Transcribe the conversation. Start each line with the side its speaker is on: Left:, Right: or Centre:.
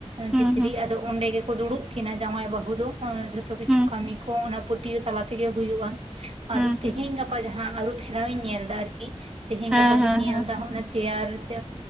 Centre: ᱦᱩᱸ
Right: ᱛᱤᱛᱨᱤ
Centre: ᱦᱩᱸ
Right: ᱟᱫᱚ ᱚᱸᱰᱮ ᱜᱮᱠᱚ ᱫᱩᱲᱩᱵ ᱠᱤᱱᱟᱹ ᱡᱟᱶᱟᱭ ᱵᱟᱹᱦᱩ ᱫᱚ᱾ <unintelligible> ᱡᱷᱚᱛᱚ ᱠᱤᱪᱷᱩ
Centre: ᱦᱩᱸ
Right: ᱠᱟᱹᱢᱤ ᱠᱚ ᱚᱱᱟ ᱯᱟᱹᱴᱭᱟᱹ ᱛᱟᱞᱟ ᱛᱮᱜᱮ ᱦᱩᱭᱩᱜ-ᱟ᱾
Centre: ᱦᱩᱸ
Right: ᱟᱫᱚ ᱛᱮᱦᱮᱧ
Centre: ᱦᱩᱸ
Right: ᱜᱟᱯᱟ ᱡᱟᱦᱟᱸ ᱟᱹᱨᱩ ᱯᱷᱮᱨᱟᱣ ᱤᱧ ᱧᱮᱞ ᱮᱫᱟ ᱟᱨᱠᱤ ᱛᱮᱦᱮᱧ
Centre: ᱦᱮᱸ
Right: ᱜᱟᱯᱟ ᱫᱚᱧ
Centre: ᱦᱮᱸ
Right: ᱧᱮᱞ
Centre: ᱦᱮᱸ
Right: ᱮᱫᱟ ᱦᱚᱜ-ᱚᱱᱟ ᱪᱮᱭᱟᱨ ᱥᱮ